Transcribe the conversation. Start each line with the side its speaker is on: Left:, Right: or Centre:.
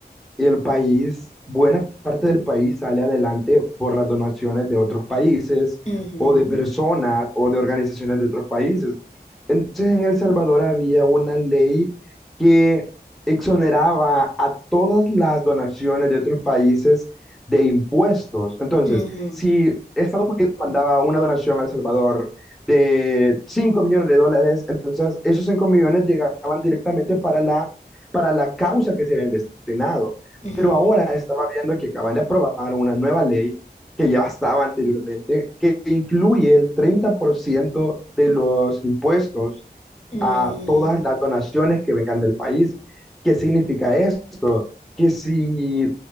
Centre: el país, buena parte del país sale adelante por las donaciones de otros países
Left: ujú,
Centre: o de personas o de organizaciones de otros países. Entonces en El Salvador había una ley que exoneraba a todas las donaciones de otros países de impuestos. Entonces,
Left: ujú,
Centre: si Estados Unidos mandaba una donación a El Salvador de 5 millones de dólares, entonces esos 5 millones llegaban directamente para la, para la causa que se habían destinado.
Left: ujú,
Centre: Pero ahora estamos viendo que acaban de aprobar una nueva ley que ya estaba anteriormente, que incluye el 30% de los impuestos
Left: mm,
Centre: a todas las donaciones que vengan del país. ¿Qué significa esto? Que si,